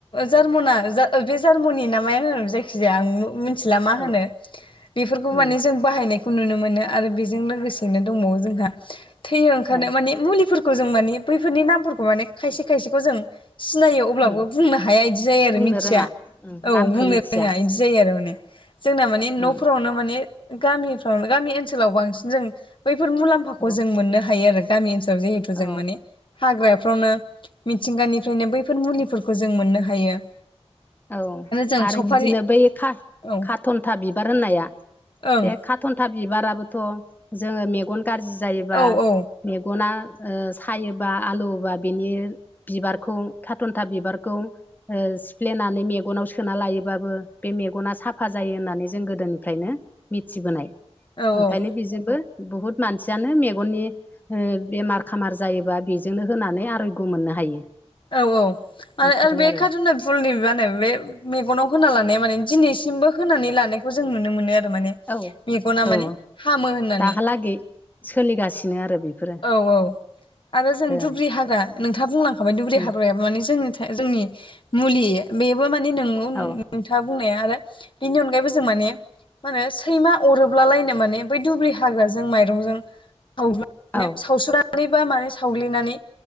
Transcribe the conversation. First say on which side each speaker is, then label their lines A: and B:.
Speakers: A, on the left; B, on the left.
A: जार्मना बे जार्मनि नामाया होनो जायखिजाया आं मा
B: औ
A: होनो बेफोरखौ
B: उम
A: माने जों बाहायनायखौ नुनो मोनो आरो बेजों लोगोसेनो दंबावो जोंहा थै ओंखारनायाव
B: ए
A: माने मुलिफोर जों माने बैफोरनि नामफोरखौ माने खायसे खायसेखौ जों सिनायो अब्लाबो
B: उम
A: बुंनो हाया बिदि जायो आरो
B: बुंनो
A: मिथिया
B: रोङा उम
A: औ
B: नामखौ
A: बुंनो
B: मिथिया
A: रोङा बिदि जायो आरो माने जोंना माने न'फोरावनो
B: उम
A: माने गामिफ्राव गामि ओनसोलाव बांसिन जों बैफोर मुलाम्फाखौ
B: औ
A: जों मोननो हायो आरो। गामि ओनसोलाव जिहेथु जों
B: ओ
A: माने हाग्राफ्रावनो मिथिंगानिफ्रायनो बैफोर मुलिफोरखौ जों मोननो हायो।
B: औ
A: जों
B: आरो
A: सफारि
B: बिदिनो बै खा
A: औ
B: खाथन्था बिबार होननाया
A: ओं
B: बे थन्था बिबाराबोथ' जोङो मेगन गाज्रि जायोबा
A: औ औ
B: मेगना सायोबा आलौवोबा बेनि बिबारखौ खाथन्था बिबारखौ सिफ्लेनानै मेगनाव सोना लायोबाबो बे मेगना साफा जायो होननानै जों गोदोनिफ्रायनो मिथिबोनाय।
A: औ
B: ओंखायनो
A: औ
B: बेजोंबो बुहुद मानसियानो मेगननि बेमार सामार जायोबा बेजोंनो होनानै रैखा मोननो हायो।
A: औ-औ
B: बेफोरो
A: आरो-आरो बे
B: आरो
A: खाथना फुलनि बिबानो बे मेगनाव होना लानाया माने दिनैसिमबो होनानै लानायखौ जों नुनो मोनो आरो माने
B: औ
A: मेगना
B: औ
A: माने हामो होननानै
B: दाहालागै सोलिगासिनो आरो बेफोरो
A: औ-औ आरो जों
B: ओ
A: दुब्रि हाग्रा नोंथाङा बुंलांखाबाय दुब्रि
B: उम
A: हाग्रायाबो माने जोंनि-जोंनि मुलि बेबो मानि नोंगौ नोंथाङा
B: औ ओ
A: बुंनाया आरो बेनि अनगायैबो जों माने मा होनो। सैमा अरोब्लालायनो माने बै दुब्लि हाग्राजों माइरंजों साव
B: औ
A: सावसुवनानै मारैबा माने सावग्लिनानै